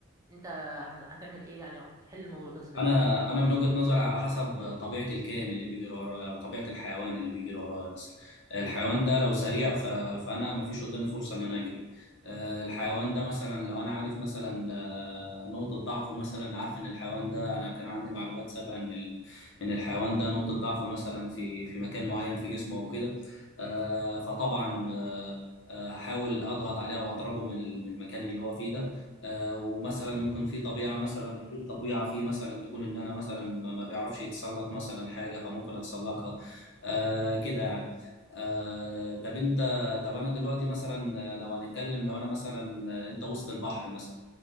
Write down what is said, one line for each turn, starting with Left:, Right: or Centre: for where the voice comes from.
Right: أنت ه- هتعمل إيه يعني تحل موضوع ده إزاي؟
Left: انا انا من وجهة نظري على حسب طبيعة الكائن اللي بيجري ورايا او طبيعة الحيوان اللي بيجري ورايا مثلا الحيوان ده لو سريع ف... فانا ما فيش قدامي فرصة ان انا اجري آه، الحيوان ده مثلا لو انا عارف مثلا آه، نقطة ضعفه مثلا عارف ان الحيوان ده انا كان عندي معلومات سابقة ان ال... ان الحيوان ده نقطة ضعفه مثلا في في مكان معين في جسمه او كده آه، فطبعا آه، آه، هحاول اضغط عليه واضربه من من المكان اللي هو فيه ده آه، ومثلا ممكن في طبيعه مثلا في طبيعه في مثلا تكون ان انا مثلا ما ما بيعرفش يتسلق مثلا حاجه فممكن اتسلقها آه، كده يعني آه، طب انت طب انا دلوقتي مثلا لو هنتكلم لو انا مثلا انت وسط البحر مثلا